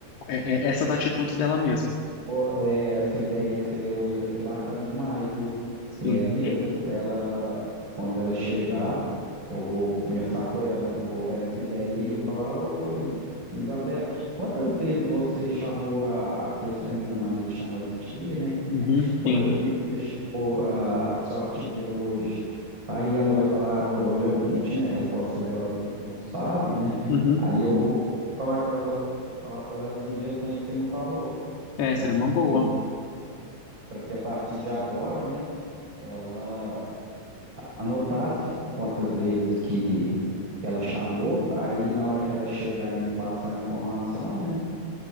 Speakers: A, on the left (about 80°); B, on the right (about 30°).
A: é, é, essas atitudes dela mesma.
B: Ó, é, essa ideia que você deu aí vai ser bacana demais, viu?
A: Sim.
B: É mesmo, ela, quando ela chegar, eu vou conversar com ela, eu vou dar essa ideia aí, eu vou falar, ô Is- Isabela, quantas vezes você chamou a, aqui eles têm a mania de chamar de tia, né?
A: Uhum.
B: Quantas
A: Sim.
B: vezes você chamou a, a sua tia hoje? Aí ela vai falar, "Ah, provavelmente, né? A resposta dela vai ser que não sabe, né?
A: Uhum.
B: Aí eu vou falar com ela, vou falar com ela a sugestão aí que você me falou,
A: É,
B: para
A: seria
B: que
A: uma boa.
B: para que a partir de agora, né, ela anotasse quantas vezes que, que ela chamou, aí na hora que ela chegar e me passar a informação, né,